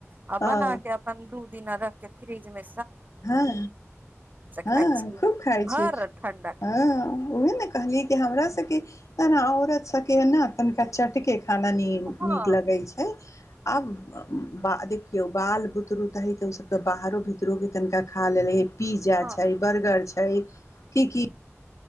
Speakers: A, on the right; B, on the left.
A: आ
B: हँ
A: बना के अपन दू दिना रख के फ्रीजमे
B: हँ हँ
A: खाइ छियै
B: खूब खाइ छि
A: भर ठंडा
B: हँ उहे ने कहलि कि हमरा सबके तन औरत सबके ना तनिका चट के खाना नीक
A: हँ
B: लगै छै आब देखियौ बाल बुदरुक त हम ओ सब त बाहरो भीतरो तनिका खा लेलही पिज्जा
A: हँ
B: छै बर्गर छै की की